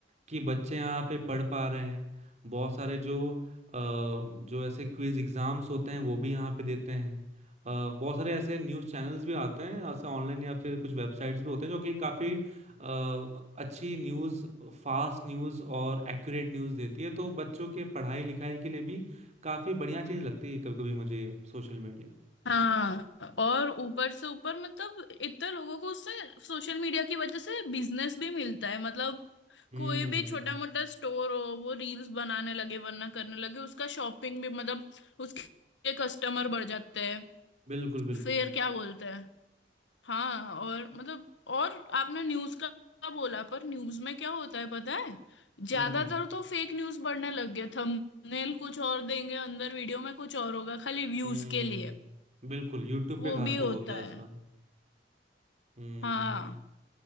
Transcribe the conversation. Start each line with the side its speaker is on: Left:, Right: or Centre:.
Right: कि बच्चे यहाँ पे पढ़ पा रहे हैं बहुत सारे जो अ, जो ऐसे क्विज एग्जाम्स होते हैं वो भी यहाँ पे देते हैं अ, बहुत सारे ऐसे न्यूज़ चैनल्स भी आते हैं ऐसे ऑनलाइन या फिर कुछ वेबसाइट्स भी होते हैं जो कि काफी अ, अच्छी न्यूज़ फास्ट न्यूज़ और एक्यूरेट न्यूज़ देती है तो बच्चों के पढ़ाई लिखाई के लिए भी काफ़ी बढ़िया चीज़ लगती है कभी कभी मुझे ये सोशल मीडिया
Left: हाँ और ऊपर से ऊपर मतलब इतने लोगों को उससे सोशल मीडिया की वजह से बिजनेस भी मिलता है मतलब
Right: हम्म
Left: कोई भी छोटा मोटा स्टोर हो वो रील्स बनाने लगे वरना करने लगे उसका शॉपिंग भी मतलब उसके कस्टमर बढ़ जाते हैं
Right: बिल्कुल बिल्कुल
Left: फिर क्या बोलते हैं हाँ और मतलब और आपने न्यूज़ का बोला पर न्यूज़ में क्या होता है पता है ज्यादातर
Right: हम्म हम्म
Left: तो फेक न्यूज़ बढ़ने लग गया थंबनेल कुछ और देंगे अंदर वीडियो में कुछ और होगा खाली व्यूज
Right: हम्म
Left: के लिए
Right: बिल्कुल यूट्यूब
Left: वो
Right: पे खासकर
Left: भी होता
Right: होता है
Left: है
Right: ऐसा हम्म
Left: हाँ